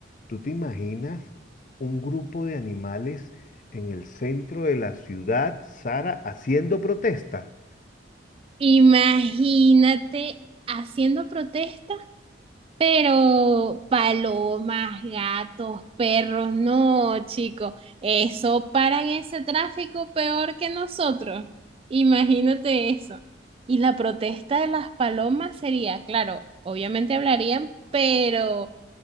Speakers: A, on the left; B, on the right.
A: ¿tú te imaginas un grupo de animales? en el centro de la ciudad, Sara haciendo protesta.
B: Imagínate haciendo protesta, pero palomas, gatos, perros, no, chico, eso paran ese tráfico peor que nosotros. Imagínate eso. Y la protesta de las palomas sería, claro, obviamente hablarían, pero